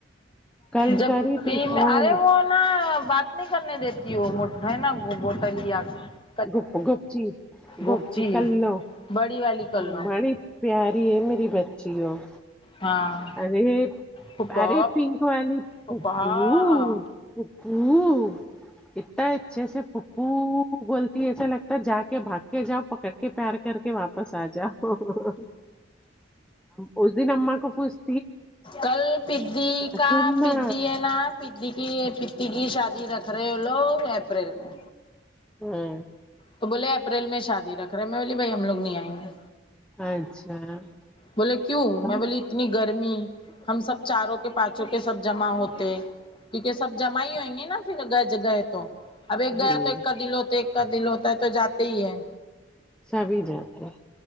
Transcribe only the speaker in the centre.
کل
کری
تھی فون
گ گپچی گوبچی
کلل
م <unintelligible>
پیاری ہے میری بچی ہو <unintelligible>
ارے
ارے پنک والی
پپو <unintelligible> پھپو ات اچھے سے پھپو بول ایسا لگتا جا کے بھاگ کے جاؤ پکڑ کے پیار کر کے واپس آ جاؤ <unintelligible> اس دن اما کو پوھتے <unintelligible>
سننا
ہوں <unintelligible>
اچھا <unintelligible>
ہاں
ہوں
سبھی جاتات ہیں